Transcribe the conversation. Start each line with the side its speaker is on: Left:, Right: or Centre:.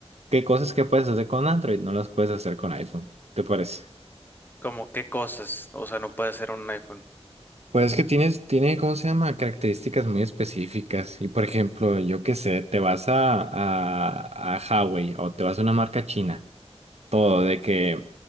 Right: que cosas que puedes hacer con Android no las puedes hacer con iPhone. ¿Te parece?
Left: ¿Cómo qué cosas? O sea, no puede ser un iPhone.
Right: Pues es que tienes, tiene, ¿cómo se llama? Características muy específicas. Y por ejemplo, yo qué sé, te vas a, a, a Huawei o te vas a una marca china. Todo, de que